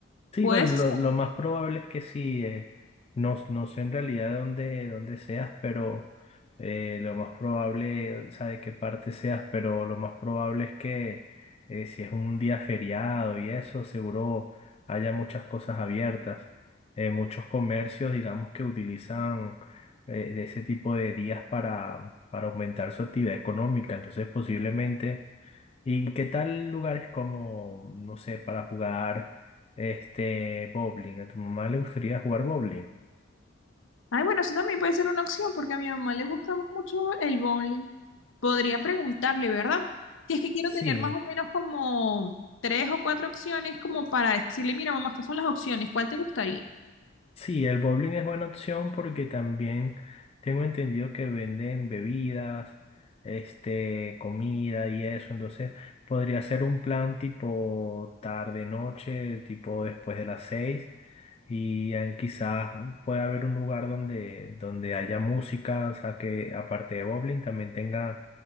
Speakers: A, on the left; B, on the left.
A: Sí,
B: Pues,
A: bueno, lo, lo más probable es que sí. eh, no, no sé en realidad dónde, dónde seas, pero eh, lo más probable, o sea, de qué parte seas, pero lo más probable es que eh, si es un día feriado y eso, seguro haya muchas cosas abiertas. Eh, muchos comercios, digamos, que utilizan eh, de ese tipo de días para, para aumentar su actividad económica. Entonces, posiblemente ¿Y qué tal lugares como, no sé, para jugar este bowling? ¿A tu mamá le gustaría jugar bowling?
B: ay, bueno, eso también puede ser una opción porque a mi mamá le gusta mucho el bowling. Podría preguntarle, ¿verdad? Si es que quiero
A: Sí.
B: tener más o menos como tres o cuatro opciones como para decirle, mira, mamá, estas son las opciones, ¿cuál te gustaría?
A: Sí, el bowling es buena opción porque también tengo entendido que venden bebidas, este, comida y eso. Entonces podría ser un plan tipo tarde, noche, tipo después de las seis. Y eh, quizás pueda haber un lugar donde, donde haya música, o sea que aparte de bowling también tenga